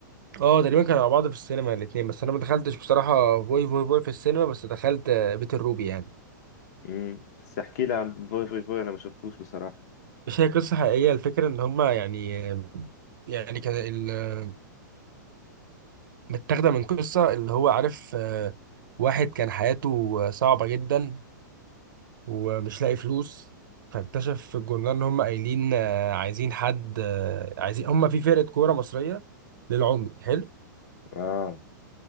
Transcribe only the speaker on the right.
اه تقريبا كانوا مع بعض في السينما الاتنين بس انا ما دخلتش بصراحة فوي فوي فوي في السينما بس دخلت آه، بيت الروبي يعني
مش هي قصة حقيقية الفكرة إن هما يعني يعني كان ال- متاخدة من قصة اللي هو عارف آه، واحد كان حياته صعبة جدا ومش لاقي فلوس فاكتشف في الجورنال إن هما قايلين آه، عايزين حد آه، عايزين هما في فرقة كورة مصرية للعمي حلو